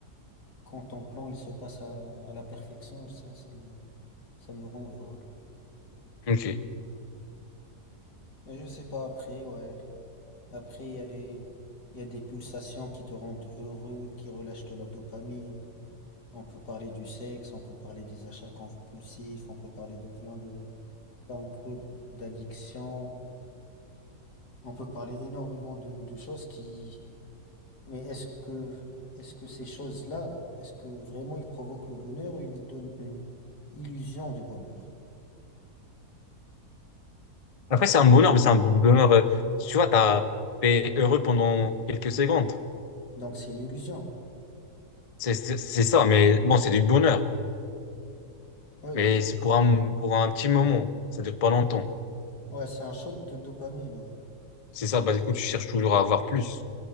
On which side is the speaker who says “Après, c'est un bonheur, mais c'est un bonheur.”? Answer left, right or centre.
Left